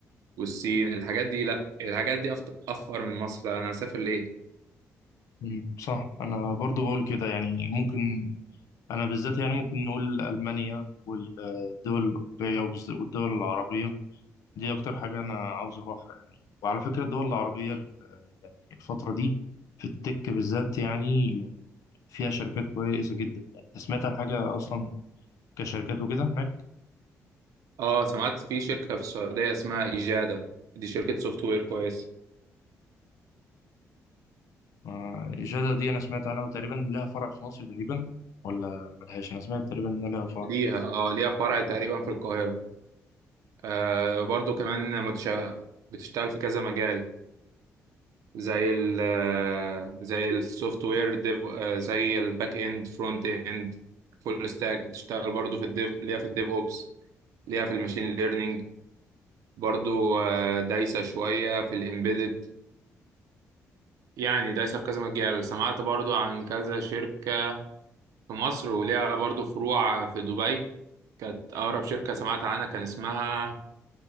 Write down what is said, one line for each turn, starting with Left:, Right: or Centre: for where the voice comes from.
Right: والصين الحاجات دي لا الحاجات دي أفت- افقر من مصر انا هسافر ليه
Left: مم، صح انا برضو بقول كده يعني ممكن انا بالذات يعني ممكن نقول المانيا والدول الاوروبيه وبالذ- والدول العربيه دي اكتر حاجه انا عاوز اروحها يعني وعلى فكره الدول العربيه ال- يعني الفتره دي في التك بالذات يعني فيها شركات كويسه جدا يعني انت سمعت عن حاجه اصلا كشركات وكده هناك
Right: اه سمعت في شركة في السعودية اسمها إجادة دي شركة سوفت وير كويسة
Left: آه، إجادة دي أنا سمعت عنها وتقريبا لها فرع في مصر تقريبا ولا ملهاش أنا سمعت تقريبا إنها لها فرع
Right: ليها
Left: في مصر
Right: اه ليها فرع تقريبا في القاهرة آه برضو كمان متش... بتشتغل في كذا مجال زي ال آه، زي السوفت وير ديف آه، زي الباك اند فرونت اند فول ستاك بتشتغل برضو في الديف ليها في الديف اوبس ليها في الماشين ليرنينج برضو آه، دايسة شوية في الامبيدد يعني دايسة في كذا مجال سمعت برضو عن كذا شركة في مصر وليها برضو فروع في دبي كانت أقرب شركة سمعت عنها كان اسمها